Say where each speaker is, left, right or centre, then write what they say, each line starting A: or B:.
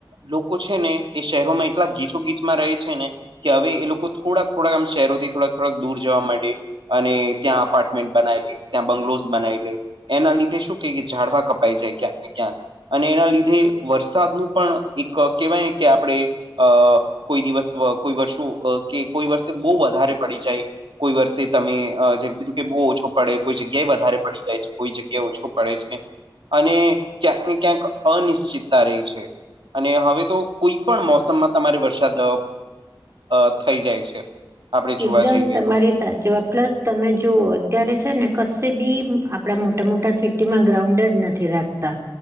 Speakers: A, on the right (about 75°); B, on the right (about 35°).
A: લોકો છે ને એ શહેરોમાં એટલા ગીચો ગીચમાં રહે છે ને. કે હવે એ લોકો થોડાક થોડાક આમ શહેરોથી થોડાક થોડાક દૂર જવા માટે. અને ત્યાં અપાર્ટમેન્ટ બનાવેલી ત્યાં બંગ્લોઝ બનાવી લે, એના લીધે શું ક કે ઝડવા કપાઈ જાય ક્યાંક ને ક્યાં. અને એના લીધે વરસાદનું પણ એક કહેવાયને કે આપણેે અ કોઈ દિવસ કોઈ વર્ષો કે કોઈ વર્ષ બ વધારે પડી જાય, કોઈ વર્ષે તમે જેમ કીધું કે બહુ ઓછો પડે કોઈ જગ્યાએ વધારે પડી જાય છે કોઈ જગ્યા ઓછો પડે છે ને. અને ક્યાંક ને ક્યાંક અનિશ્ચિતતા રહી છે. અને હવે તો કોઈ પણ મોસમમાં તમારે વરસાદ અ થઈ જાય છે. આપણે જોવા
B: એકદમ
A: જઈએ
B: તમારી
A: તો
B: સા જવા પ્લસ તમે જુઓ અત્યારે છે ને કશે બી આપડા મોટા મોટા સીટ માં ગ્રાઉન્ડ જ નથી રાખતા.